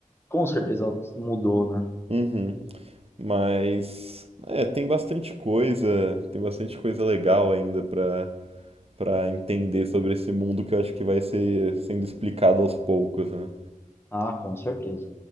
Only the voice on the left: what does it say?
com certeza mudou, né?
Ah, com certeza.